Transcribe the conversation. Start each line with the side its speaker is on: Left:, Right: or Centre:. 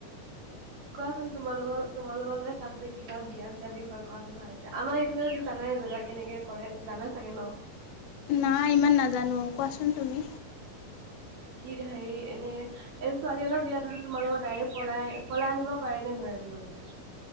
Right: কোৱাচোন তোমালোকৰ তোমালোকৰ যে তাত যে কিবা বিয়া চিয়া বিষয়ে কোৱাচোন ভালকে, আমাৰ এইফালে জানাই জানা কেনেকে কৰে জানে চাগে ন'?
Left: নাই ইমান নাজানো, কোৱাচোন তুমি।
Right: কি হেৰি এনে এই ছোৱালীজনৰ বিয়াতোটো তোমাৰ লগত ডাইৰেক্ট পলাই, পলাই আনিব পাৰে নে নোৱাৰে তোমালোকৰ।